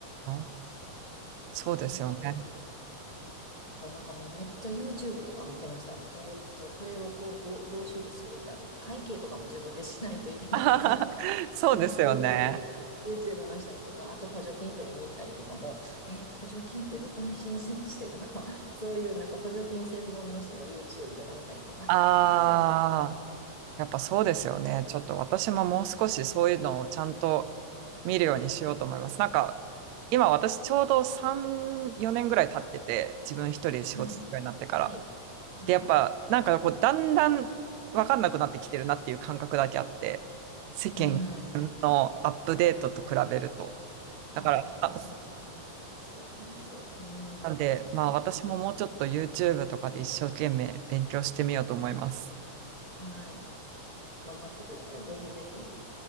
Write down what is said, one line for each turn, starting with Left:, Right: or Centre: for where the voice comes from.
Right: あ、そうですよね。
Left: 本当に。うんだからなんかもうめっちゃ YouTube とか見てました。えーっと、これはこう、どう、どう処理するんだとか、会計とかも自分でしないといけないので、
Right: <laughs> そうですよね。
Left: YouTube、YouTube の人にとか、あと補助金取りに行ったりとかも、え、補助金ってどこに申請してとか、<laughs> そういうなんか補助金専門の人の YouTube とか見たりとか、
Right: ああ、
Left: そう。
Right: やっぱそうですよね。ちょっと私ももう少しそういうのをちゃんと見るようにしようと思います。なんか、今私ちょうど3、4年ぐらい経ってて、自分一人で仕事するようになってから。
Left: はい。はい。はい。
Right: で、やっぱ、なんかこう、だんだんわかんなくなってきてるなっていう感覚だけあって、世間
Left: うん。
Right: のアップデートと比べると。
Left: ああ、
Right: だから、
Left: 私もそれはあります、
Right: あ、
Left: あります。うん。
Right: なんで、
Left: そっか。
Right: まあ私ももうちょっと YouTube とかで一生懸命勉強してみようと思います。
Left: はい。頑張ってください。ぜひぜひ。